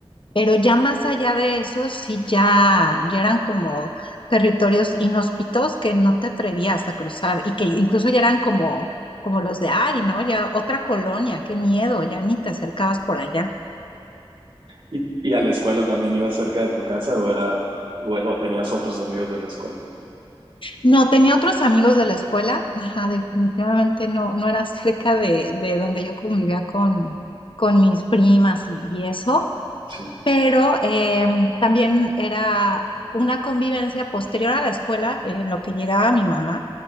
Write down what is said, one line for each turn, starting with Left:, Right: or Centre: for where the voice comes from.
Left: pero ya más allá de eso, sí ya, ya eran como territorios inhóspitos que no te atrevías a cruzar y que incluso ya eran como, como los de, ay, ¿no? Ya otra colonia, qué miedo, ya ni te acercabas por allá.
Right: ¿Y, y a la escuela también ibas cerca de tu casa o era, o, era- o tenías otros amigos de la escuela?
Left: No, tenía otros amigos de la escuela, ajá, definitivamente no, no era <laughs> cerca de, de donde yo convivía con, con mis primas y, y eso.
Right: Sí,
Left: pero eh, también era una convivencia posterior a la escuela en lo que llegaba mi mamá.